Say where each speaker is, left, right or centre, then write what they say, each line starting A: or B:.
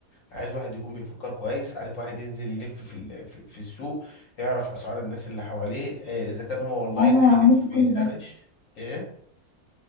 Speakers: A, on the left (about 65°); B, on the left (about 40°).
A: عايز واحد يكون بيفكر كويس عارف واحد ينزل يلف في ال- في في السوق يعرف اسعار الناس اللي حواليه آه، اذا كان هو اونلاين
B: أنا
A: هيلف
B: عملت
A: يسرش
B: كل ده،
A: ايه